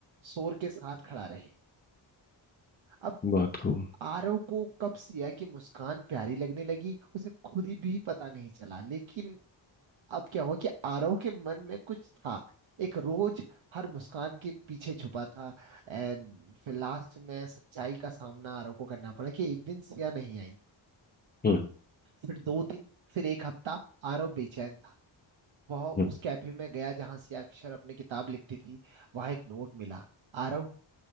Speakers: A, on the right; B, on the left.
A: शोर के साथ खड़ा रहे अब
B: बहुत खूब
A: आरव को कब सिया की मुस्कान प्यारी लगने लगी उसे खुद ही भी पता नहीं चला लेकिन अब क्या हुआ कि आरव के मन में कुछ था एक रोज हर मुस्कान के पीछे छुपा था एंड फिर लास्ट में सच्चाई का सामना आरव को करना पड़ा कि एक दिन सिया नहीं आई
B: हम्म
A: फिर दो दिन फिर एक हफ्ता आरव बेचैन था वह उस
B: हम्म
A: कैफे में गया जहां सिया अक्षर अपनी किताब लिखती थी वहां एक नोट मिला आरव